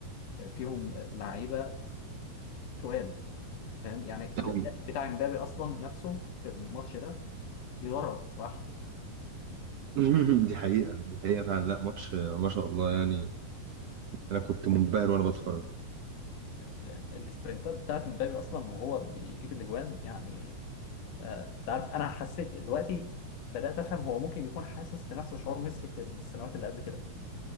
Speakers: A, on the left; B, on the right.
A: آه، فيهم لعيبه تقال فاهم يعني
B: قوي
A: الاداء بتاع امبابي اصلا نفسه في الماتش ده يدرس بصراحه
B: <laughs> دي حقيقة دي حقيقة فعلا لا ماتش آه، ما شاء الله يعني انا كنت منبهر وانا بتفرج
A: ال- السبرنتات بتاعت امبابي اصلا وهو بيجيب الاجوان يعني آه، تعرف انا حسيت دلوقتي بدات افهم هو ممكن يكون حاسس بنفس شعور ميسي في السنوات اللي قبل كده